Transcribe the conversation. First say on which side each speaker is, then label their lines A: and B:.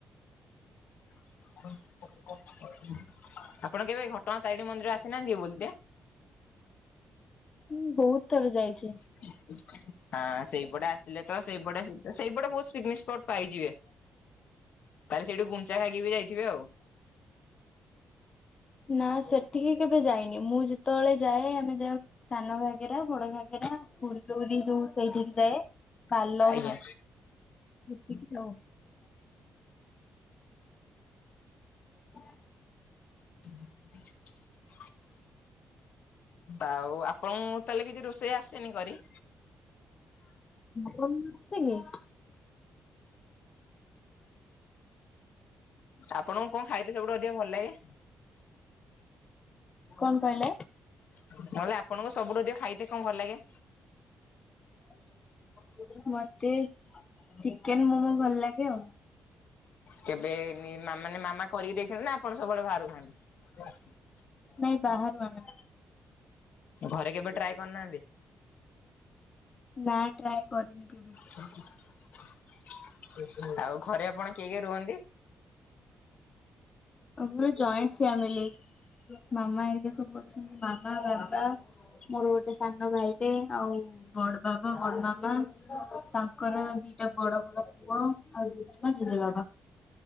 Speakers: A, on the left; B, on the left.
A: <inaudible> ଆପଣ କେବେ ଘଟଣା ତାରିଣୀ ମନ୍ଦିର ଆସିନାହାନ୍ତି କି ବୁଲିତେ?
B: ହଁ ବହୁତ ଥର ଯାଇଛି।
A: <unintelligible> ହଁ ସେଇପଟେ ଆସିଲେ ତ। ସେଇପଟେ ସେଇପଟେ ବହୁ ପିକନିକ ସ୍ପଟ ପାଇଯିବେ। ତାହେଲେ ସେଇଠୁ ଗୁଣ୍ଡିଚା ଘାଇକି ବି ଯାଇଥିବେ ଆଉ।
B: ନା ସେଠିକି କେବେ ଯାଇନି। ମୁଁ ଯେତେବେଳେ ଯାଏ ଆମେ ଯାଉ ସାନ ଘାଗେରା ବଡ ଘାଗେରା ଫୁଲଲି ଯୋଉ ସେଇଠିକି ଯାଏ। କାଲ
A: ଆଜ୍ଞା
B: ମୁଖ <unintelligible> ହଁ।
A: ହ <unintelligible> ଆଉ ଆପଣଙ୍କୁ ତାହେଲେ କିଛି ରୋଷେଇ ଆସେନି କରି?
B: ହଁ ହୁଁ କି <unintelligible>
A: ଆପଣଙ୍କୁ କଣ ଖାଇଥିଲେ ସବୁଠୁ ଅଧିକା ଭଲ ଲାଗେ?
B: କଣ କହିଲେ?
A: ମୁଁ କହିଲି ଆପଣଙ୍କ ସବୁଠୁ ଆଧିକ ଖାଇତେ କଣ ଭଲ ଲାଗେ?
B: <inaudible> ମତେ ଚିକେନ ମୋମୋ ଭଲ ଲାଗେ ଆଉ।
A: କେବେ ମାନେ ମାମା କରିକି ଦେଇଛନ୍ତି ନା ଆପଣ ସବୁବେଳେ ବାହାରୁ ଖାଆନ୍ତି? <unintelligible>
B: ନାଇଁ ବାହାରୁ ଆଣେ।
A: ଘରେ କେବେ ଟ୍ରାଏ କରିନାହାନ୍ତି?
B: ନା ଟ୍ରାଏ କରିନି। କେବେ।
A: ଠ <unintelligible> ଆଉ ଘରେ ଆପଣ କିଏ କିଏ ରୁହନ୍ତି?
B: ଆମର ଜଏଣ୍ଟ ଫ୍ୟାମିଲି ମାମା ହେରିକା ସବୁ ଅଛନ୍ତି ମାମା, ବାବା ମୋର ଗୋଟେ ସାନ ଭାଇଟେ ଆଉ ବଡ ବାବା ବଡ ମାମା ତାଙ୍କର ଦିଇଟା ବଡ ବଡ ପୁଅ ଆଉ ଜେଜେମା ଜେଜେବାବା।